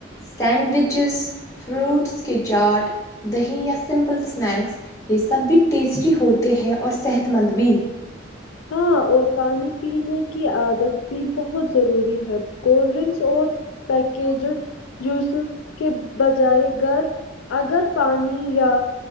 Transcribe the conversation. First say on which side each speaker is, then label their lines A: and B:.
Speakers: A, on the left (about 15°); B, on the left (about 85°).
A: سینڈوچز فروٹس کے چاٹ دہی یا سمپل اسنیکس یہ سب بھی ٹیسٹی ہوتے ہیں اور صحت مند بھی
B: ہاں اور پانی پینے کی عادت بھی بہت ضروری ہے کولڈ ڈرکس اور پیکجڈ جوسز کے بجائے گر اگر پانی یا